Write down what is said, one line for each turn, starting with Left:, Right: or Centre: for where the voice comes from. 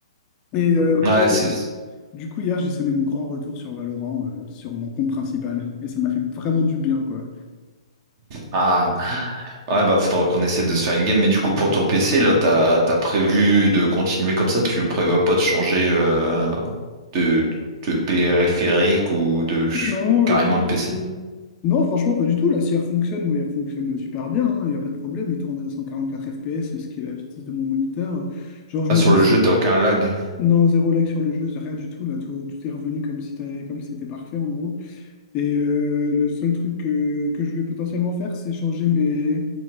Left: Et euh, purée,
Right: Ouais, c'est.
Left: et du coup, du coup, hier, j'ai sonné mon grand retour sur Valorant, euh, sur mon compte principal. Et ça m'a fait vraiment du bien, quoi.
Right: Ah. Ouais, bah faudra qu'on essaie de se faire une game. Mais du coup, pour ton PC, là, t'as, t'as prévu de continuer comme ça? Tu prévois pas de changer euh, de, de périphérique ou de ch-
Left: Non,
Right: carrément
Left: écoute.
Right: de PC?
Left: euh, Non, franchement, pas du tout. La CR fonctionne, moi, elle fonctionne super bien. hein. Il n'y a pas de problème. Il tourne à 144 FPS, ce qui est la vitesse de mon moniteur. Genre, je
Right: Ah,
Left: me
Right: sur
Left: dis
Right: le
Left: que si,
Right: jeu, t'as aucun lag?
Left: Non, zéro like sur le jeu, rien du tout. Là, tout, tout est revenu comme si t'avais- comme si c'était parfait, en gros. Et euh, le seul truc que, que je vais potentiellement faire, c'est changer mes,